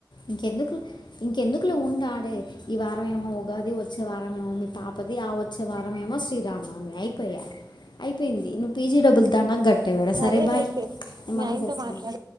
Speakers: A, on the left; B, on the right.
A: ఇంకెందుకు ఇంకెందుకులో ఉండాడే ఈ వారమేమో ఉగాది వచ్చే వారమేమో మీ పాపది ఆ వచ్చే వారేమో శ్రీరామ్మి అయిపోయా అయిపోయింది నువ్వు పీజీ డబ్బులు దాండాకు గట్టవ్ గద
B: సరేలైతే
A: సరే బాయ్ నేను
B: మీ
A: మళ్ళీ
B: ఆయనతో
A: చేస్తా
B: మాట్లాడు